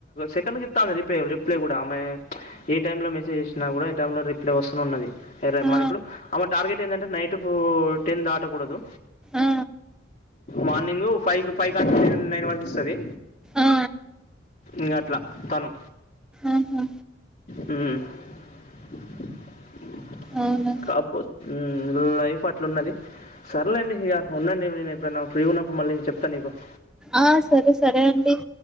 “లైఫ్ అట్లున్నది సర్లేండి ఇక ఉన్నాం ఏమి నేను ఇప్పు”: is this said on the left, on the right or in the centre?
Left